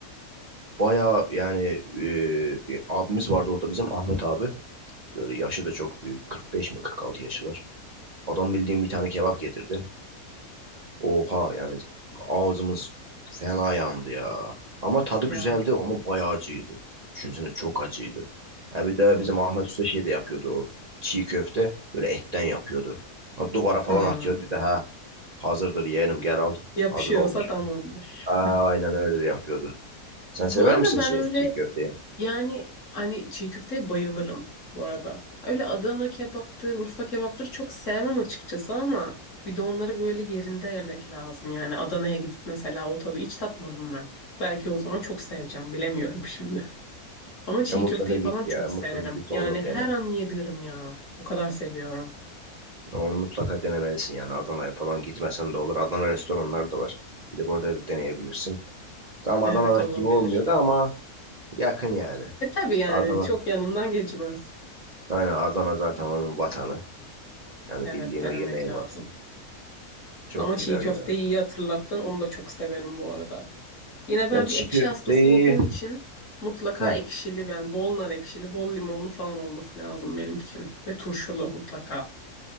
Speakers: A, on the right; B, on the left.
A: Bayağı yani e, bir abimiz vardı orada bizim Ahmet abi. Böyle yaşı da çok büyük. 45 mi 46 yaşı var. Adam bildiğim bir tane kebap getirdi. Oha yani ağzımız fena yandı ya. Ama tadı
B: Ya
A: güzeldi ama bayağı acıydı. Düşünsene çok acıydı. Ha bir de
B: of.
A: bizim Ahmet Usta şey de yapıyordu o. Çiğ köfte böyle etten yapıyordu. Ha, duvara falan
B: Hmm.
A: atıyordu dedi ha hazırdır yeğenim gel al.
B: Yapışıyorsa
A: Hazır olmuş.
B: tamamdır.
A: Aa, aynen öyle de yapıyordu. Sen
B: Bu
A: sever
B: arada
A: misin
B: ben
A: şey
B: öyle
A: çiğ köfteyi?
B: Yani hani çiğ köfteye bayılırım bu arada. Öyle Adana kebaptır, Urfa kebaptır çok sevmem açıkçası ama bir de onları böyle yerinde yemek lazım. Yani Adana'ya gidip mesela o tadı hiç tatmadım ben. Belki o zaman çok seveceğim, bilemiyorum <laughs> şimdi. Ama çiğ
A: Ya mutlaka
B: köfteyi falan
A: git
B: çok
A: ya mutlaka
B: severim.
A: git
B: Yani
A: onu
B: her
A: dene.
B: an yiyebilirim ya. O kadar seviyorum.
A: Onu mutlaka denemelisin yani Adana'ya falan gitmesen de olur. Adana restoranları da var. Gidip orada da deneyebilirsin. Tam Adana'daki
B: Evet olabilir.
A: gibi olmuyordu ama yakın yani.
B: E tabii yani
A: Adana.
B: çok yanından geçmez.
A: Aynen Adana zaten onun vatanı. Yani
B: Evet
A: bildiğin
B: denemek
A: o yemeğin
B: lazım.
A: vatanı. Çok
B: Ama
A: güzel
B: çiğ köfteyi
A: ya.
B: iyi hatırlattın. Onu da çok severim bu arada. Yine ben
A: Ya çiğ
B: bir ekşi
A: köfteyi...
B: hastası olduğum için mutlaka
A: Ha.
B: ekşili yani bol nar ekşili, bol limonlu falan olması lazım benim için. Ve turşulu mutlaka.